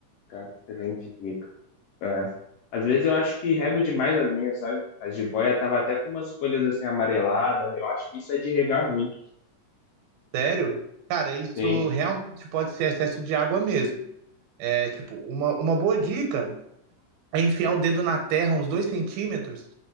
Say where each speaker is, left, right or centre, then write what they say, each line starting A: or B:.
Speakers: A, on the left; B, on the right.
A: Cara, excelente dica. É. Às vezes eu acho que rego demais as minhas, sabe? A jiboia tava até com umas folhas assim amareladas. Eu acho que isso é de regar muito.
B: Sério? Cara, isso
A: Sim.
B: realmente pode ser excesso de água mesmo. É, tipo, uma, uma boa dica é enfiar o dedo na terra uns dois centímetros